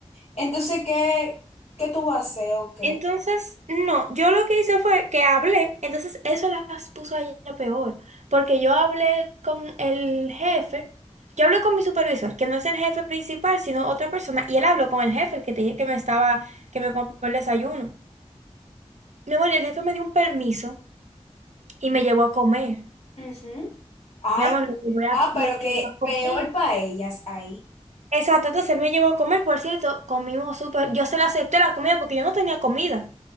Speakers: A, on the left; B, on the right.
A: Entonces, ¿qué, qué tú vas a hacer o qué?
B: Entonces, no, yo lo que hice fue que hablé, entonces eso las puso a ella peor, porque yo hablé con el jefe, yo hablé con mi supervisor, que no es el jefe principal, sino otra persona, y él habló con el jefe, el que te dije que me estaba, que me compró el desayuno. Mi amor, y el jefe me dio un permiso y me llevó a comer.
A: Ujú. Ay.
B: Mi amor, me llevó a,
A: Ah, pero
B: me
A: que
B: llevó a comer.
A: peor para ellas ahí.
B: Exacto, entonces él me llevó a comer, por cierto, comimos súper, yo se le acepté la comida porque yo no tenía comida.